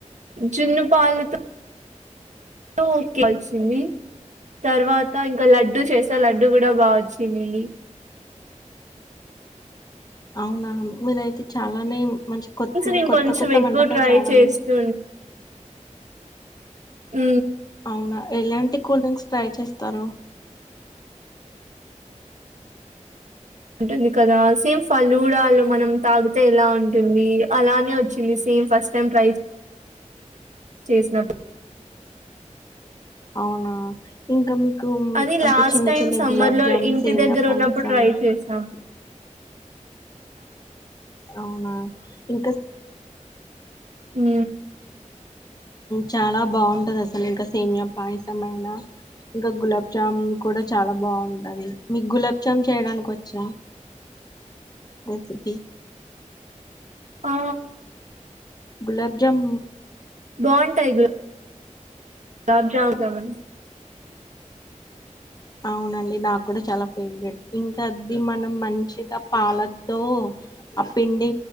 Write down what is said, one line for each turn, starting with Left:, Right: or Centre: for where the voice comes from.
Right: జున్నుపాలుతో ఓకే అచ్చింది తర్వాత ఇంకా లడ్డు చేస లడ్డు కూడా బాగా వచ్చిందండి
Left: అవునా మీరయితే చాలానేం మంచి కొతిం
Right: నేను
Left: కొత్త
Right: కొంచెం
Left: కొత్త
Right: ఎక్కువ
Left: వంటకాలు
Right: ట్రై
Left: చాలా
Right: చేస్తూ
Left: నేర్
Right: ఊ
Left: అవునా ఎలాంటి కూల్ డ్రింక్స్ ట్రై చేస్తరు
Right: ఉంటుంది కదా సేమ్ ఫలు కూడా ఆలు మనం తాగితే ఎలా ఉంటుంది అలానే వచ్చింది సే ఏం ఫస్ట్ టైమ్ ట్రై చేసినట్
Left: అవునా ఇంకా మిక్ కు
Right: అది
Left: అంత
Right: లాస్ట్
Left: చిన్న
Right: టైం
Left: చిన్న
Right: సమ్మర్
Left: గులాబ్
Right: లో
Left: జామ్
Right: ఇంటి
Left: సేమ్య
Right: దగ్గర
Left: పాయసం
Right: ఉన్నప్పుడు ట్రై చేసాం
Left: అవునా ఇంకా
Right: అ
Left: చాలా బాగుంటది అసలు ఇంకా సేమ్య పాయసం అయిైన ఇంకా గులాబ్జామున్ కూడా చాలా బాగుంటది మీకు గులాబ్ ఇం చేయడానికి వచ్చా రెసిపీ
Right: ఆ
Left: గులాబజమ
Right: బాగుంటాయి తబ్జావుత మరి
Left: అవునండి నాకు కూడా చాలా ఫేవరెట్ ఇంకా అది మనం మంచిగా పాలతో ఆ పిండి